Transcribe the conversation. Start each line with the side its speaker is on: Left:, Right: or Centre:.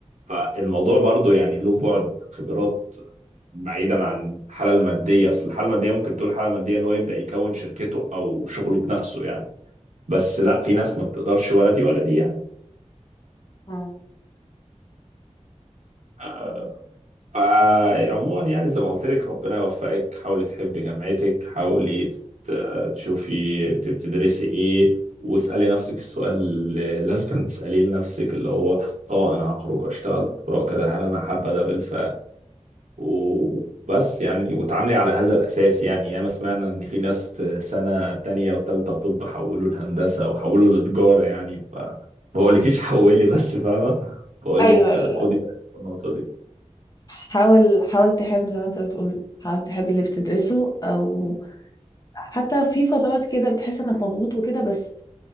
Right: فالموضوع برضو يعني له بعد خبرات بعيدا عن الحاله الماديه اصل الحاله الماديه ممكن تقول الحاله الماديه ان هو يبدا يكون شركته او شغله بنفسه يعني بس لا في ناس ما بتقدرش ولا دي ولا دي يعني
Left: مم.
Right: آه، فعموما يعني زي ما قلت لك ربنا يوفقك حاولي تحبي جامعتك حاولي ت- تشوفي بت- بتدرسي ايه واسألي نفسك السؤال اللي <laughs> لازم تسأليه لنفسك اللي هو اه انا هخرج واشتغل دكتوراه كده هل انا حابة ده بالفعل وبس يعني وتعاملي على هذا الاساس يعني ياما سمعنا ان في ناس في سنة تانية وتالتة طب حولوا لهندسة وحولوا لتجارة يعني ف ما بقولكيش حولي بس فاهمة بقولك
Left: ايوه ال-
Right: آه، خدي بالك من النقطة دي
Left: حاول حاول تحب زي ما انت بتقول حاول تحب اللي بتدرسه او حتى في فترات كده بتحس انك مضغوط وكده بس